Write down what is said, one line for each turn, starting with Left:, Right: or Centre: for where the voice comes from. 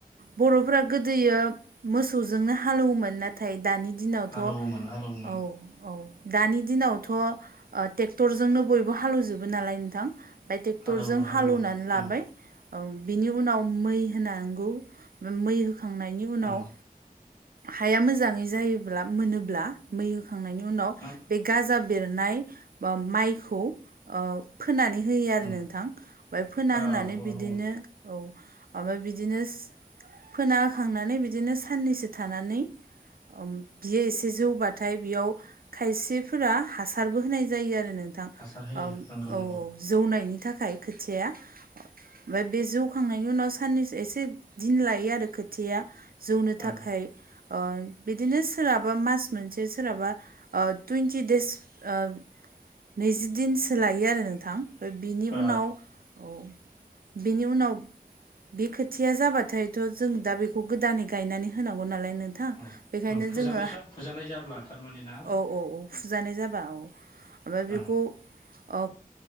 Right: बर'फ्रा गोदोयो मोसौजोंनो हालौवोमोन ना थाय दानि दिनावथ'
Left: हालौवोमोन
Right: औ
Left: हालौवोमोन
Right: औ दानि दिनावथ' ट्रेक्टरजोंनो बयबो हाल एवजोबो नालाय नोंथां बे ट्रेक्टरजों
Left: हालौवो हालौवो
Right: हाल एवना
Left: औ
Right: लाबाय बिनि उनाव मै होनांगौ मै होखांनायनि उनाव
Left: औ
Right: हाया मोजाङै जायोब्ला मोनोब्ला मै होखांनायनि उनाव
Left: हो
Right: बे गाजा बेरनाय ओ माइखौ अ फोनानै होयो आरो
Left: उम
Right: नोंथां ओमफ्राय फोना
Left: औ
Right: होनानै
Left: औ
Right: बिदिनो
Left: औ
Right: औ ओमफ्राय बिदिनो फोनाखांनानै बिदिनो साननैसो थानानै बियो एसे जौबाथाय बियाव खायसेफोरा हासारबो होनाय जायो आरो नोंथां
Left: हासार होयो
Right: औ
Left: नंगौ
Right: औ
Left: नंगौ
Right: जौनायनि थाखाय खोथिया ओमफ्राय बे जौखांनायनि उनाव साननैसो एसे दिन लायो आरो खोथियाया जौनो
Left: औ
Right: थाखाय ओ बिदिनो सोरहाबा मास मोनसे सोरहाबा ओ टुइन्टि देस ओ नैजिदिनसो लायो आरो नोंथां। ओ बिनि
Left: औ
Right: उनाव औ बिनि उनाव बे खोथिया जाबाथायथ' जों दा बेखौ गोदानै गायनानै होनांगौ नालाय नों थां
Left: औ
Right: बेखायनो
Left: फुजानायसो
Right: जोङो
Left: फुजानाय जाब्ला थारमाने ना
Right: औ औ औ फुजानाय जाबा औ ओमफ्राय
Left: औ
Right: बेखौ औ